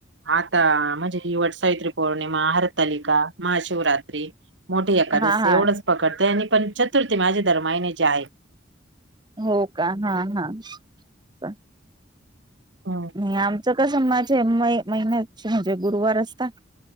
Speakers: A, on the right; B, on the right.
A: आता म्हणजे वटसावित्री पौर्णिमा, हरतालिका, महाशिवरात्री. मोठी एकादस,
B: हा
A: एवढंच
B: हा
A: पकडते, आणि पण चतुर्थी माझ्या दरमहिन्याची आहे.
B: हो का, हा, हा.
A: हम्म.
B: नाही आमचं कसं, माझ म महिन्या म्हणजे गुरुवार असतात.